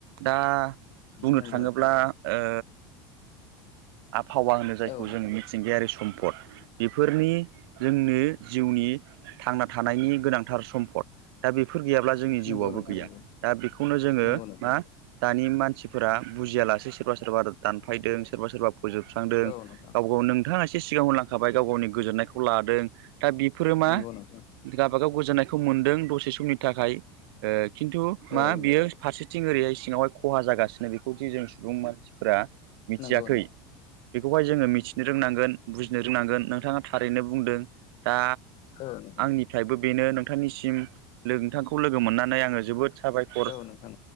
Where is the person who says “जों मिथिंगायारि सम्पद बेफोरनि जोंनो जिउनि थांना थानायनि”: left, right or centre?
Right